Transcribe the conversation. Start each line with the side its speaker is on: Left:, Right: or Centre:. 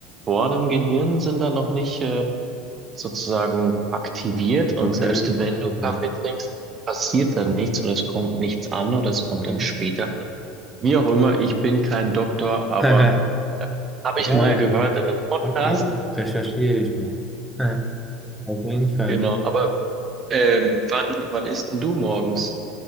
Right: Rezeptoren im Gehirn sind da noch nicht, äh, sozusagen aktiviert und
Centre: Okay,
Right: selbst wenn du
Centre: okay,
Right: Kaffee trinkst, passiert dann nichts oder es kommt nichts an oder es kommt
Centre: okay.
Right: dann später an. Wie auch immer, ich bin kein Doktor, aber
Centre: <laughs>
Right: habe
Centre: Ja,
Right: ich mal
Centre: ja,
Right: gehört in einem Podcast.
Centre: okay. Recherchiere ich mal. <laughs> Auf jeden Fall.
Right: Genau, aber ähm, wann, wann isst denn du morgens?